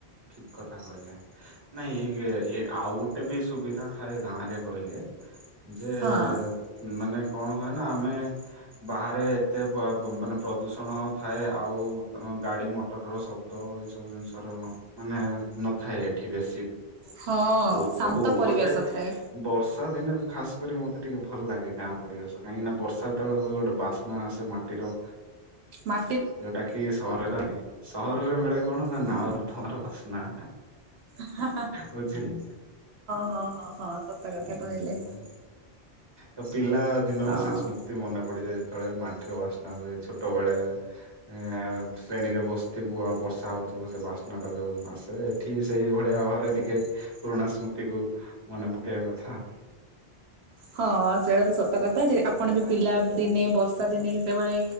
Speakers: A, on the right; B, on the right.
A: ଠିକ କଥା କହିଲେ ନାଇଁ ଇ ଆଉ ଗୁ ଏବେ ସୁବିଧା ଥାଏ ଗାଁ ରେ ରହିଲେ ଯେ
B: ହଁ
A: ମାନେ କଣ ହୁଏ ନା ଆମେ ବାହାରେ ଏତେ ପ ମାନେ ପ୍ରଦୂଷଣ ଥାଏ ଆଉ ଗାଡି ମଟର ର ଶବ୍ଦ ଏଇ ସବୁ ଜିନିଷ ର ମାନେ ନଥାଏ ଏଠି ବେଶୀ।
B: ହଁ।
A: ବହୁତ
B: ଶାନ୍ତ
A: କ ହଉ
B: ପରିବେଶ
A: ଗୋଟେ
B: ଥାଏ
A: ବର୍ଷା ଦିନେ ଖାସ୍ ମତେ ଟିକେ ଭଲ ଲାଗେ ଗାଁ ପରିବେଶ କାହିଁକି ନା ବର୍ଷା ଯେତବେଳେ ହୁଏ ଗୋଟେ ବାସ୍ନା ଆସେ ମାଟିର
B: ମା
A: ଯଉଟା କି ସହରରେ <inaudible> ସହରରେ ମିଳେ କଣ ନା
B: ହୁଁ
A: ନାଳ ନର୍ଦ୍ଦମାର ବାସ୍ନା।
B: ହଁ
A: ବୁଝିଲେ
B: ହଁ ହଁ ହଁ ସତ କଥା
A: ଉଁ
B: କହିଲେ।
A: ତ ପିଲା ଦିନର
B: ହଁ।
A: ସେ ସ୍ମୃ ମନେ ପଡିଯାଏ ଯେତବେଳେ ମାଟିର ବାସ୍ନା ହୁଏ ଛୋଟ ବେଳେ ଏ ଶ୍ରେଣୀରେ ବସିଥିବୁ ଆଉ ବର୍ଷା ହଉଥିବ ସେ ବାସ୍ ସ୍ନା ଯଉ ଆସେ ଏଠି ସେଇ ଭଳିଆ ଘରେ ଟିକେ ପୁରୁଣା ସ୍ମୃତି କୁ ମନେପ କେଇବା କଥା।
B: ହଁ ସେଇଟା ତ ସତ କଥା ଯେ ଆପଣ ବି ପିଲା ଦିନେ ବର୍ଷା ଦିନେ ଯେତେବେଳେ